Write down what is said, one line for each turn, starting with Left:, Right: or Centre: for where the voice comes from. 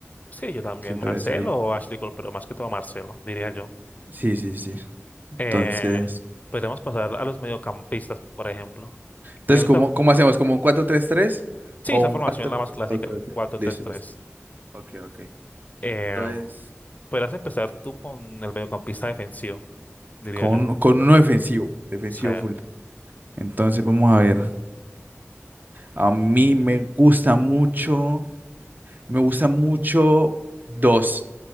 Left: Sí, yo también,
Right: Siento
Left: Marcelo
Right: que sí.
Left: o Ashley Cole, pero más que todo Marcelo, diría yo.
Right: Sí, sí, sí. Entonces,
Left: Eh, podemos pasar a los mediocampistas, por ejemplo.
Right: entonces
Left: En esta,
Right: ¿cómo, cómo hacemos? ¿Como un cuatro tres tres
Left: sí,
Right: o
Left: esta
Right: un
Left: formación
Right: 4?
Left: la más clásica,
Right: Ok, ok.
Left: cuatro
Right: Listo,
Left: tres tres.
Right: listo. Ok, ok.
Left: Eh,
Right: Entonces,
Left: podrás empezar tú con el mediocampista defensivo, diría
Right: con,
Left: yo.
Right: con uno defensivo, defensivo
Left: Sí.
Right: full. Entonces, vamos a ver. A mí me gusta mucho, me gusta mucho dos.